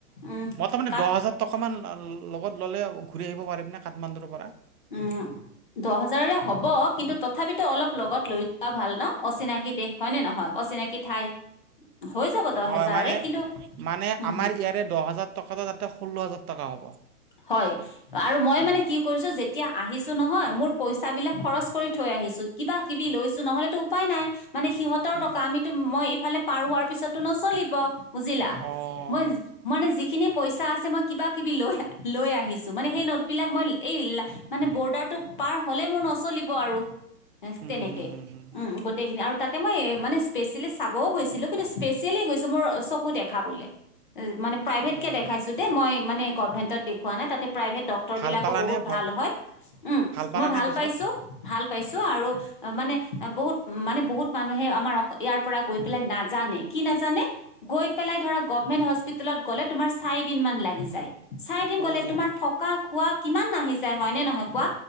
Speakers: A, on the left; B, on the right.
A: উম
B: মই ত মানে
A: কাঠ
B: দহ হাজাৰ টকা মান লগত ললে ঘূৰি আহিব পাৰিম নে কাঠমাণ্ডুৰ পৰা?
A: উম। দহ হাজাৰে হব কিন্তু তথাপিতো অলপ লগত লৈ যোৱা ভাল ন অচিনাকি দেশ হয়নে নহয় অচিনা নাকি ঠাই। হৈ যাব দহ
B: হয়
A: হেজাৰৰে
B: মানে
A: কিন্তু
B: - মানে
A: হম
B: আমাৰ
A: হম
B: ইয়াৰে দহ হাজাৰ টকাটো তাতে ষোল্ল হাজাৰ টকা হ'ব।
A: হয় আৰু মই
B: উম,
A: মানে কি কৰিছো যেতিয়া আহিছো নহয় মোৰ পইচা বিলাক খৰচ কৰি থৈ আহিছো কিবা কিবি লৈছো নহলেতো উপায় নাই মানে সিহঁত।
B: উম,
A: টকা আমিতো মই এইফালে পাৰ হোৱাৰ পিছতো নচলিব। বুজিলা
B: অ',
A: মই মানে যিখিনি পইচা আছে মই কিবা কিবি লৈ। লৈ আহিছো মানে সেই নোটবিলাক মই এই মানে বৰ্ডাৰটো পাৰ হ'লে মোৰ নচলিব আৰু।
B: উম,
A: তেনেকে
B: হুম, হুম, হুম।
A: উম গোটেইখিনি আৰু। তাতে মই মানে স্পেচিয়েলি চাবও গৈছিলো কিন্তু স্পেচিয়েলি গৈছো মোৰ চকু দেখা বলে। মানে প্ৰাইভেট
B: অঁ
A: কে দেখাইছো দে মই মানে গভেন্টত। দেখুওৱা নাই তাতে প্ৰাইভেট ডক্টৰ
B: ভাল
A: বিলাকো
B: পালানে
A: বহুত
B: ভ
A: ভাল হয় উ
B: পালানে
A: মই ভাল
B: পিছত?
A: পাইছো ভাল পাইছো। ছো আৰু অ মানে বহুত মানে বহুত মানুহে আমাৰ ইয়াৰ পৰা গৈ পেলাই নাজানে কি নাজানে। গৈ পেলায় মানে গভৰ্ণমেণ্ট হস্পিটেলত গ'লে তোমাৰ চাৰি দিনমান লাগি যায়। চাৰি দিন
B: অঁ
A: গ'লে তোমাৰ থকা খোৱা কিমান নাহি যায় হয়নে নহয় কোৱা।